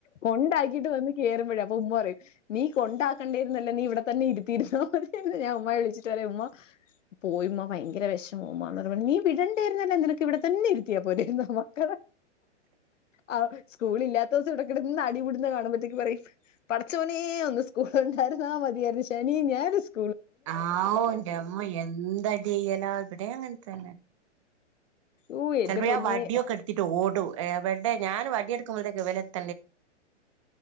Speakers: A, on the left (about 85°); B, on the right (about 25°).
A: കൊണ്ടാക്കിട്ട് വന്ന് കേയറുമ്പോഴ അപ്പൊ ഉമ്മ പറയും, നീ കൊണ്ടാക്കേണ്ടേരുന്നല്ലോ നീ ഇവിടെ തന്നെ ഇരുത്തിയിരന്നാ മതിയെന്ന്. ഞാൻ ഉമ്മായെ വിളിച്ചിട്ട് പറയും ഉമ്മ, പോയിമ്മ ഭയങ്കര വിഷമാ പറഞ്ഞ് നീ വിടണ്ടരുന്നല്ല നിനക്കിവിടെ തന്നെ ഇരിക്ക <unintelligible> പോലെന്നോ മക്കളെ ആ സ്കൂൾ ഇല്ലാത്ത ദിവസം ഇവിടകിടന്ന് അടി പിടുത് കാണുമ്പോത്തേക്ക് പറയും, പടച്ചോനെ ഒന്ന് സ്കൂൾ ഉണ്ടായിരുന്നാ മതിയായിരുന്നു ശനിയും ഞായറും സ്കൂ
B: ആ ഓ ന്റെ അമ്മൊ എന്ത് അടിലാ ഇവിടെ അങ്ങനത്തെ
A: ഓ എന്റെ
B: ചിലപ്പോ ഞാൻ
A: പൊന്നെ
B: വടിയൊക്കെ എടുത്തിട്ട് ഓടും. എവടെ ഞാൻ വടിയ എടുക്കുമ്പോഴത്തേക്കെ ഇവര്